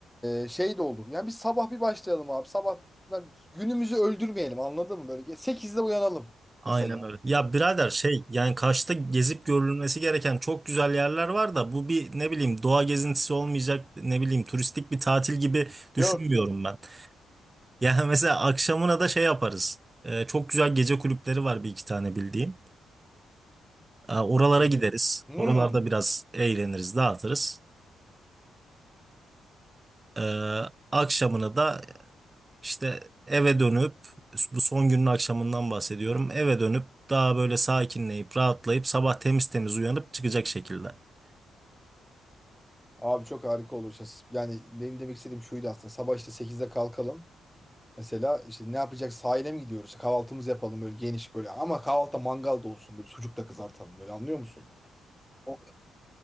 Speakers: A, in the centre; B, on the right.
A: e, şey de olur. Yani bir sabah bir başlayalım abi. Sabah lan günümüzü öldürmeyelim anladın mı? Böyle sekizde uyanalım
B: Aynen
A: mesela.
B: öyle. Ya birader şey yani Kaş'ta gezip görülmesi gereken çok güzel yerler var da bu bir ne bileyim doğa gezintisi olmayacak ne bileyim turistik bir tatil gibi düşünmüyorum
A: Yok yok.
B: ben. Yani <laughs> mesela akşamına da şey yaparız. Ee, çok güzel gece kulüpleri var bir iki tane bildiğim. Ee, oralara
A: Hı hı.
B: gideriz.
A: Hmm.
B: Oralarda biraz eğleniriz, dağıtırız. Ee, akşamına da İşte eve dönüp bu son günün akşamından bahsediyorum. Eve dönüp daha böyle sakinleyip rahatlayıp sabah temiz temiz uyanıp çıkacak şekilde. <laughs>
A: Abi çok harika olur. Yani benim demek istediğim şuydu aslında. Sabah işte sekizde kalkalım. Mesela işte ne yapacak sahile mi gidiyoruz? Kahvaltımızı yapalım böyle geniş böyle ama kahvaltıda mangal da olsun böyle sucuk da kızartalım böyle anlıyor musun? O-